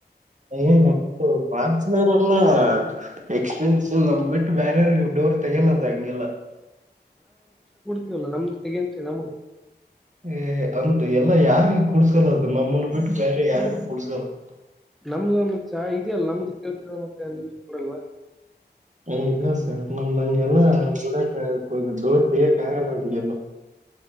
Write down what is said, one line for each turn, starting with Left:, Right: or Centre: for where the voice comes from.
Right: ಏನ್ ನಮು ಪಾರ್ಸನರ್ ಎಲ್ಲ ಎಕ್ಸ್ಪೆನ್ಸಿವ್ ನಂ. ಬಿಟ್ ಬೇರೆಗಿ ಡೋರ್ ತೆಯಂಗೆಲ್ಲ ಅದು ಹಂಗೆಲ್ಲ.
Centre: ಲ್ಲ ನಮ್ದು ತೆಗ ಅಂತ ಹೇಳಿ ನಮ್ದ.
Right: ಏ ಅಂತು ಎಲ್ಲಾ ಯಾರಿಗ ಕೂಡ್ಸ್ಕಲ್ಲ ಅದು ನಮ್ಮನ್ನು ಬಿಟ್ಟು ಬೇರೆ ಯಾರಿಗ ಕುೂಡ್ಸ್ಕಲ್ಲ. <inaudible>
Centre: ನಮ್ದಮ ಚ ಇದ. <unintelligible> ಕೊಡಲ್ವಾ.
Right: ಏ ಇಲ್ಲಸ. ನಮ್ಮ್ ಅಂಗಲ್ಲ <unintelligible> ಡೋರ್ ತರಕಾಗಲ್ಲ ಹಂಗೆಲ್ಲ.